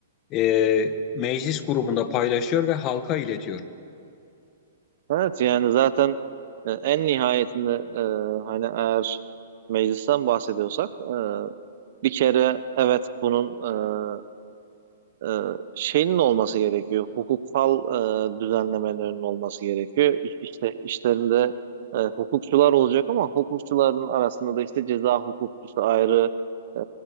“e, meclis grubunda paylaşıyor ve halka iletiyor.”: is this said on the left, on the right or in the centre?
Left